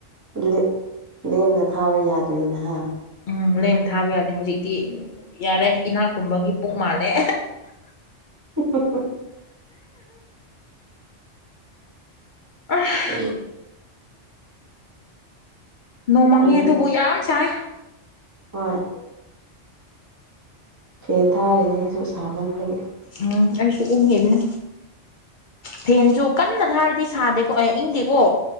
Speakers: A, on the right (about 15°); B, on the left (about 55°).
A: ꯂꯦ ꯂꯦꯝꯅ ꯊꯥꯕ ꯌꯥꯗ꯭ꯔꯦꯗꯅ ꯍꯥ
B: ꯎꯝ ꯂꯦꯝ ꯊꯥꯕ ꯌꯥꯗꯦ ꯍꯧꯖꯤꯛꯇꯤ ꯌꯥꯔꯦ ꯏꯅꯥꯛꯀꯨꯝꯕꯒꯤ ꯄꯨꯛ ꯃꯥꯜꯂꯦ
A: <unintelligible>
B: <unintelligible>
A: ꯎꯝ
B: ꯅꯣꯡꯃꯪꯉꯦ
A: ꯑꯩ
B: ꯑꯗꯨꯕꯨ ꯌꯥꯝ ꯁꯥꯏ
A: ꯍꯣꯏ ꯐꯦꯟ ꯊꯥꯔꯤꯅꯤ ꯑꯩꯁꯨ ꯁꯥꯃꯟꯕꯒꯤ
B: ꯎꯝ ꯑꯩꯁꯨ ꯎꯉꯤꯕꯅꯦ ꯐꯦꯟꯁꯨ ꯀꯟꯅ ꯊꯥꯔꯗꯤ ꯁꯥꯗꯦꯀꯣ ꯏꯪꯗꯦꯀꯣ